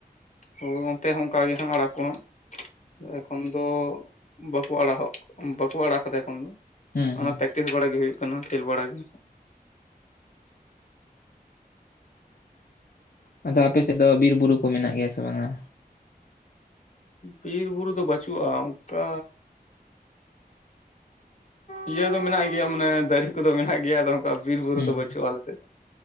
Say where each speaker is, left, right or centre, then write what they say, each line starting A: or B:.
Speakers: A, on the left; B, on the left.
A: ᱦᱳ ᱚᱱᱛᱮ ᱦᱚᱸ ᱚᱱᱠᱟᱜ ᱜᱮ ᱦᱟᱸᱜ ᱟᱲᱟᱜ ᱠᱚ ᱦᱟᱸᱜ ᱾ ᱮᱠᱷᱚᱱ ᱫᱚ ᱵᱟᱠᱚ ᱟᱲᱟᱜᱚᱜ ᱵᱟᱠᱚ ᱟᱲᱟᱜ ᱠᱟᱫᱟ ᱮᱠᱷᱚᱱ ᱫᱚ ᱾
B: ᱦᱩᱸ
A: ᱚᱱᱟ
B: ᱦᱩᱸ
A: ᱯᱮᱠᱴᱤᱥ ᱵᱟᱲᱟ ᱜᱮ ᱦᱩᱭᱩᱜ ᱠᱟᱱᱟ, ᱠᱷᱹᱮᱞ ᱵᱟᱲᱟ ᱜᱮ ᱾
B: <inaudible> ᱟᱫᱚ ᱟᱯᱮ ᱥᱮᱫ ᱫᱚ ᱵᱤᱨ ᱵᱩᱨᱩ ᱠᱚ ᱢᱮᱱᱟᱜ ᱜᱮᱭᱟ ᱥᱮ ᱵᱟᱝᱟ?
A: ᱵᱤᱨ ᱵᱩᱨᱩ ᱫᱚ ᱵᱟᱹᱪᱩᱜᱼᱟ ᱚᱱᱠᱟ ᱤᱭᱟᱹ ᱫᱚ ᱢᱮᱱᱟᱜ ᱜᱮᱭᱟ ᱢᱟᱱᱮ ᱫᱟᱨᱮ ᱠᱚᱫᱚ ᱢᱮᱱᱟᱜ ᱜᱮᱭᱟ ᱟᱫᱚ ᱵᱤᱨ ᱵᱩᱨᱩ
B: ᱦᱩᱸ
A: ᱫᱚ ᱵᱟᱹᱪᱩᱜ
B: ᱦᱩᱸ
A: ᱟᱞᱮ ᱥᱮ